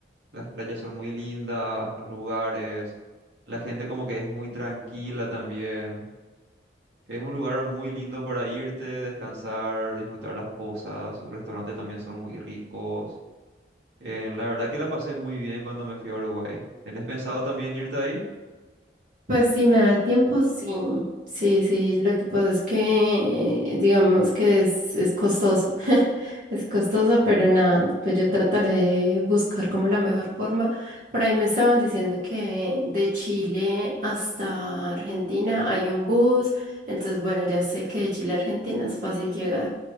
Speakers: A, on the right (about 75°); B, on the right (about 45°).
A: Las playas son muy lindas, los lugares, la gente como que es muy tranquila también. Es un lugar muy lindo para irte, descansar, disfrutar las cosas. Sus restaurantes también son muy ricos. Eh, la verdad que la pasé muy bien cuando me fui a Uruguay. ¿Tenés pensado también irte ahí?
B: Pues si me da el tiempo, sí. Sí, sí, lo que pasa es que eh, digamos que es, es costoso. <laughs> Es costoso, pero nada, pues yo trataré de buscar como la mejor forma. Por ahí me estaban diciendo que de Chile hasta Argentina hay un bus, entonces bueno, ya sé que de Chile a Argentina es fácil llegar,